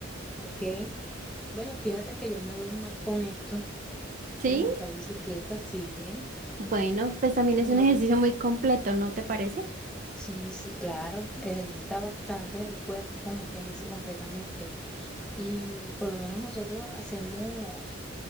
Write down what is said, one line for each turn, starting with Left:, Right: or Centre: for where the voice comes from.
Centre: ¿ok? Bueno, fíjate que yo me doy más con esto
Right: ¿Sí?
Centre: de montar bicicleta, sí, ¿eh?
Right: Bueno, pues también
Centre: Me
Right: es un
Centre: doy,
Right: ejercicio muy completo, ¿no te parece?
Centre: sí, sí, claro, ejercita bastante el cuerpo, como quien dice completamente. Y por lo menos nosotros hacemos,